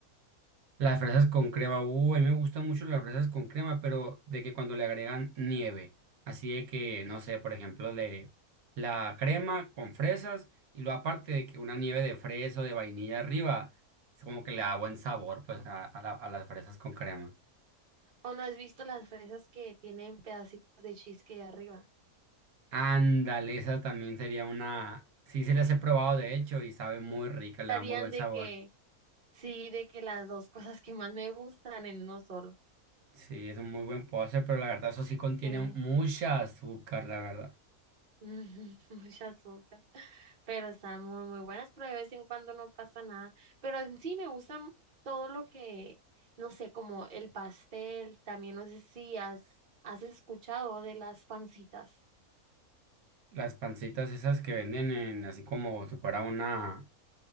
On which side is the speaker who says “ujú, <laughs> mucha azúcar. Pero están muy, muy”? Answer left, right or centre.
Right